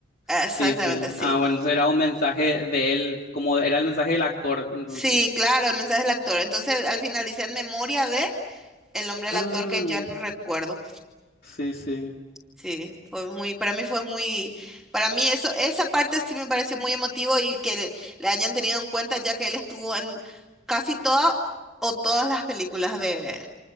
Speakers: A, in the centre; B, on the left (about 55°).
A: exactamente,
B: Sí, sí.
A: sí.
B: Ah, bueno, eso era un mensaje de él, como era el mensaje del actor, entonces.
A: Sí, claro, el mensaje del actor. Entonces, al final dice en memoria de el nombre del
B: Ah,
A: actor que ya no recuerdo.
B: sí, sí.
A: Sí, fue muy, para mí fue muy, para mí eso, esa parte sí me pareció muy emotivo y que le, le hayan tenido en cuenta ya que él estuvo en casi todas o todas las películas de,